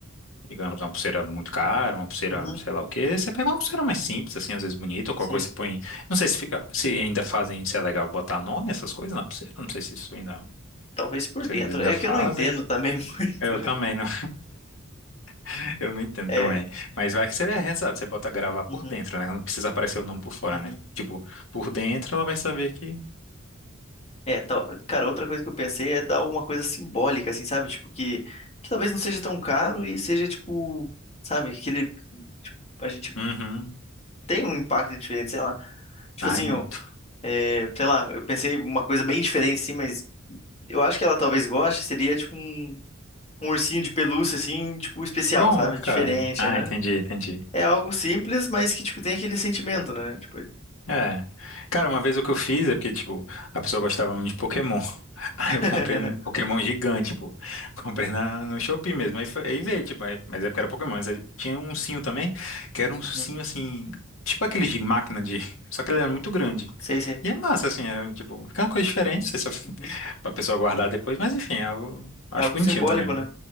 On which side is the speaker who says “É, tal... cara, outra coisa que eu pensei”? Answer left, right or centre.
Left